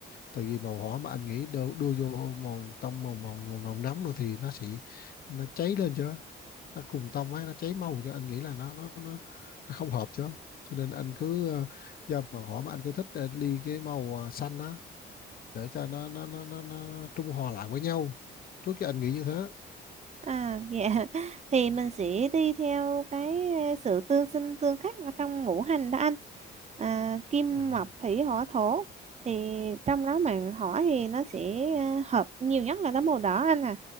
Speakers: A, on the left; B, on the right.
A: tại vì màu hỏa mà anh nghĩ đưa, đưa vô màu tông màu màu màu, màu nóng nữa thì nó sẽ nó cháy lên chứ nó cùng tông ấy nó cháy màu cho anh nghĩ là nó nó nó nó không hợp chứ cho nên anh cứ ờ, do màu hỏa mà anh cứ thích ờ, ly cái màu ờ, xanh á để cho nó nó nó nó, nó trung hòa lại với nhau trước giờ anh nghĩ như thế
B: À, dạ <laughs> thì mình sẽ đi theo cái ờ, sự tương sinh tương khắc ở trong ngũ hành đó anh à, kim
A: à,
B: mộc thủy hỏa thổ thì trong đó mà hỏa thì nó sẽ ờ, hợp nhiều nhất là đó màu đỏ anh à